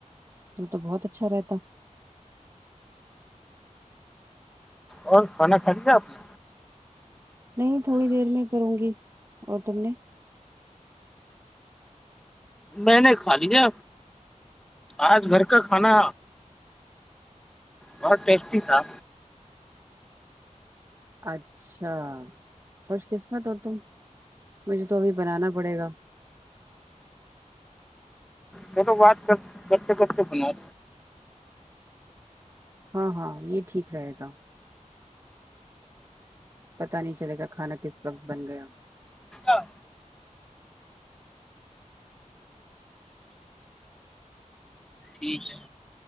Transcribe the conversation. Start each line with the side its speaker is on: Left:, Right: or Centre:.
Right: تو تو بہت اچھا رہتا
Centre: اور کھانا کھا لیا آپ نے
Right: نہیں تھوڑی دیر میں کروں گی اور تم نے
Centre: میں نے کھا لیا آج گھر کا کھانا بہت ٹیسٹی تھا
Right: اچھا خوش قسمت ہو تم مجھے تو ابھی بنانا پڑے گا
Centre: چلو بات کر کرتے کرتے بناو
Right: ہاں ہاں یہ ٹھیک رہے گا پتا نہیں چلے گا کھانا کس وقت بن گیا
Centre: لیں۔ ٹھیک ہے